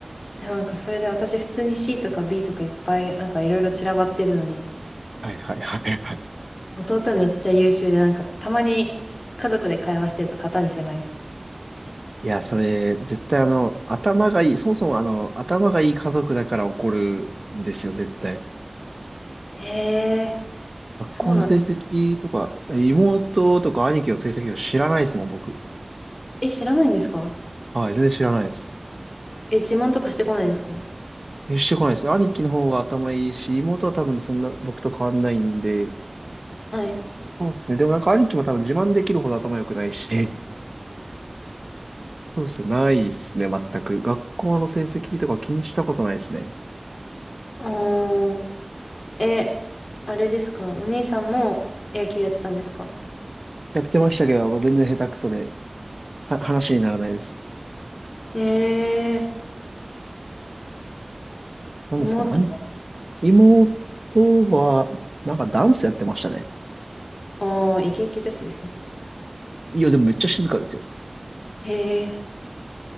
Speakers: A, on the left; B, on the right.
A: えなんかそれで私普通に C とか B とかいっぱいなんかいろいろ散らばってるのに、
B: はいはいはいはい。
A: 弟めっちゃ優秀でなんかたまに家族で会話してると肩身狭いです。
B: いや、それ、絶対あの、頭がいい、そもそもあの、頭がいい家族だから起こるんですよ、絶対。
A: ええ
B: 学校の成績とか、
A: そうなんですか。
B: 妹とか兄貴の成績を知らないですもん、僕。
A: え、知らないんですか
B: はい、全然知らないです。
A: え、自慢とかしてこないんですか
B: えしてこないですね。兄貴の方が頭いいし、妹は多分そんな僕と変わんないんで、
A: はい。
B: そうですね。でもなんか兄貴も多分自慢できるほど頭良くないし、そうですね。ないですね、全く。学校の成績とか気にしたことないですね。
A: おー。え、あれですかお兄さんも野球やってたんですか
B: やってましたけど、全然下手くそで、は話にならないです。
A: ええ
B: なんですかね。
A: 妹は、
B: 兄、妹は、なんかダンスやってましたね。
A: おー、イケイケ女子ですね。
B: いや、でもめっちゃ静かですよ。
A: ええ